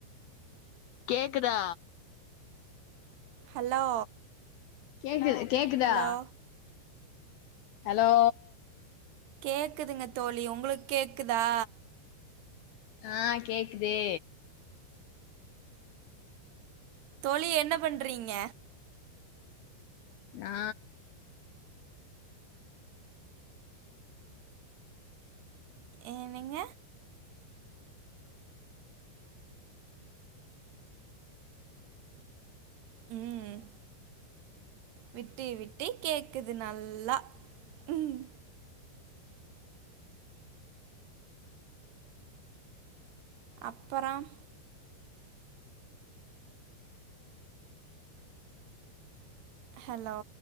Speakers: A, on the left (about 80°); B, on the right (about 70°).
A: கேக்குதா
B: ஹலோ
A: கேக்குது கேக்குதா
B: ஹலோ
A: ஹலோ
B: கேக்குதுங்க தோழி ஒங்களுக்கு கேக்குதா
A: ஆ கேக்குதே
B: தோழி என்ன பண்றீங்க
A: நா
B: ஏனங்க ம் விட்டு விட்டு கேக்குது நல்லா ம் அப்பறம் ஹலோ